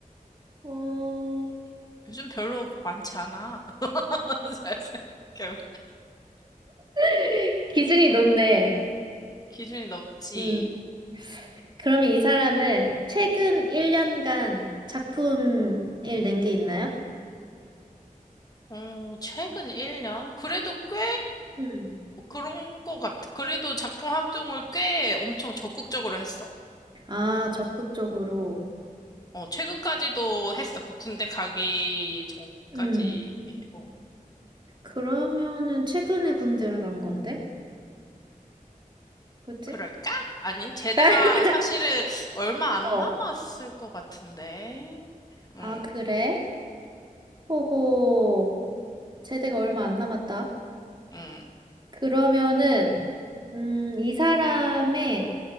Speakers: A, on the right (about 30°); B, on the left (about 25°).
A: 어,
B: 요즘 별로 많지 않아. <laughs> 잘생겨.
A: <laughs> 기준이 높네.
B: 기준이 높지.
A: 음. 그러면 이 사람은 최근 1년간 작품을 낸 게 있나요?
B: 어, 최근 1년? 그래도 꽤
A: 음.
B: 그런 거 같아. 그래도 작품 활동을 꽤 엄청 적극적으로 했어.
A: 아, 적극적으로.
B: 어, 최근까지도 했어. 그 군대 가기 전까지,
A: 음.
B: 어,
A: 그러면은 최근에 군대를 간 건데? 그치?
B: 그럴까? 아니, 제대가
A: <laughs>
B: 사실은 얼마 안
A: 어.
B: 남았을 것 같은데. 응,
A: 아, 그래? 호호. 제대가 얼마 안 남았다.
B: 응,
A: 그러면은, 음, 이 사람의,